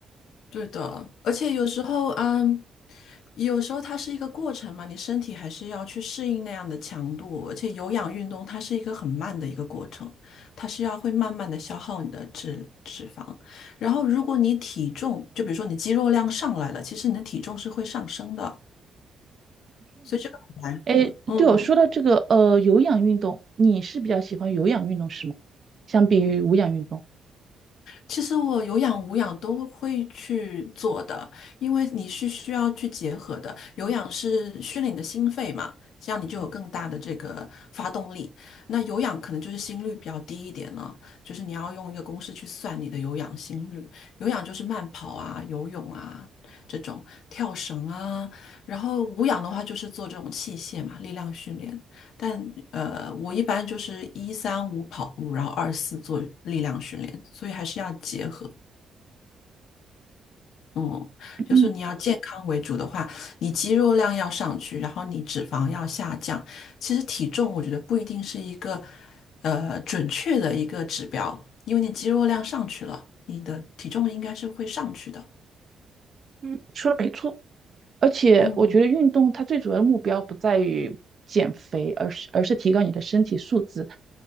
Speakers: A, on the left; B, on the right.
A: 对的，而且有时候，嗯，有时候它是一个过程嘛，你身体还是要去适应那样的强度，而且有氧运动它是一个很慢的一个过程，它是要会慢慢的消耗你的脂脂肪，然后如果你体重，就比如说你肌肉量上来了，其实你的体重是会上升的，所以这个很难测，
B: 哎，
A: 嗯。
B: 对哦，说到这个呃有氧运动，你是比较喜欢有氧运动是吗？相比于无氧运动，
A: 其实我有氧无氧都会去做的，因为你是需要去结合的。有氧是训练你的心肺嘛，这样你就有更大的这个发动力。那有氧可能就是心率比较低一点呢，就是你要用一个公式去算你的有氧心率。有氧就是慢跑啊、游泳啊这种，跳绳啊。然后无氧的话就是做这种器械嘛，力量训练。但呃，我一般就是一三五跑步，然后二四做力量训练，所以还是要结合。嗯，就是你要健康为主的话，
B: 嗯
A: 你肌肉量要上去，然后你脂肪要下降。其实体重我觉得不一定是一个呃准确的一个指标，因为你肌肉量上去了，你的体重应该是会上去的。
B: 嗯，说的没错。而且我觉得运动它最主要的目标不在于减肥，
A: 嗯，
B: 而是而是提高你的身体素质，